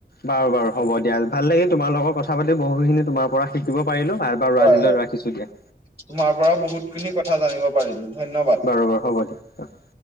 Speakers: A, on the left; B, on the right.
A: বাৰু, বাৰু হ'ব দিয়া, ভাল লাগিল তোমাৰ লগত কথা পাতি। বহুখিনি তোমাৰ পৰা শিকিব পাৰিলো। বাৰু
B: হয়
A: আজিলৈ
B: হয়।
A: ৰাখিছোঁ দিয়া।
B: তোমাৰ পৰা বহুত খিনি কথা জানিব পাৰিলোঁ ধন্যবাদ।
A: বাৰু, বাৰু হ'ব দিয়া। <inaudible>